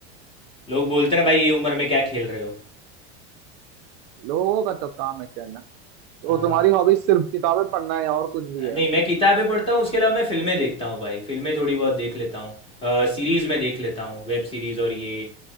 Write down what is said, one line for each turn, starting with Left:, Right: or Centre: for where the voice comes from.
Left: लोग बोलते ना भाई ये उम्र में क्या खेल रहे हो
Right: लोगों का तो काम है कहना तो
Left: हाँ,
Right: तुम्हारी हॉबीज सिर्फ किताबें पढ़ना है या और कुछ भी है
Left: नहीं मैं किताबें पढ़ता हूँ उसके अलावा मैं फिल्में देखता हूँ भाई फिल्में थोड़ी बहुत देख लेता हूँ सीरीज़ में देख लेता हूँ वेब सीरीज़ और ये